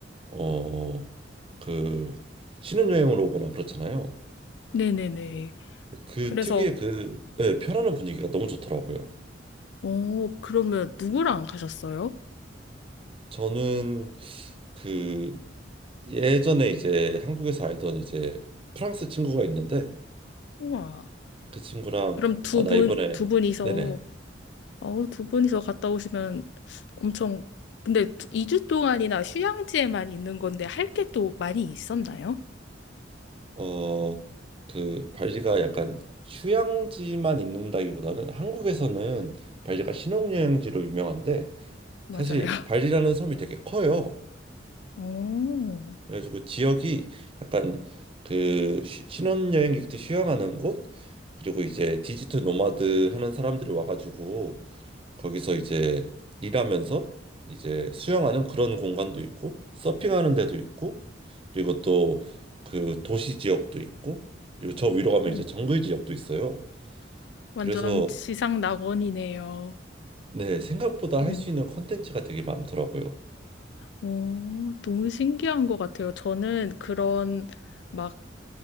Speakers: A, on the right; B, on the left.
A: 어 그 신혼여행으로 오거나 그렇잖아요.
B: 네네네.
A: 그
B: 그래서,
A: 특유의 그 네, 편안한 분위기가 너무 좋더라고요.
B: 어, 그러면 누구랑 가셨어요?
A: 저는 그 예전에 이제 한국에서 알던 이제 프랑스 친구가 있는데
B: 우와.
A: 그 친구랑
B: 그럼 두
A: 아 나
B: 분,
A: 이번에
B: 두 분이서,
A: 네네
B: 어, 두 분이서 갔다 오시면 엄청, 근데 2주 동안이나 휴양지에만 있는 건데 할 게 또 많이 있었나요?
A: 어 그 발리가 약간 휴양지만 있는다기보다는 한국에서는 발리가 신혼여행지로 유명한데
B: 맞아요.
A: 사실
B: <laughs>
A: 발리라는 섬이 되게 커요.
B: 오,
A: 그래가지고 지역이 약간 그 쉬- 신혼여행객들 휴양하는 곳 그리고 이제 디지털 노마드 하는 사람들이 와가지고 거기서 이제 일하면서 이제 수영하는 그런 공간도 있고 서핑하는 데도 있고 그리고 또 그 도시 지역도 있고 그리고 저 위로 가면
B: 오,
A: 이제 정글 지역도 있어요.
B: 완전
A: 그래서
B: 지상 낙원이네요.
A: 네, 생각보다
B: 네네.
A: 할 수 있는 컨텐츠가 되게 많더라고요.
B: 오, 너무 신기한 것 같아요. 저는 그런, 막,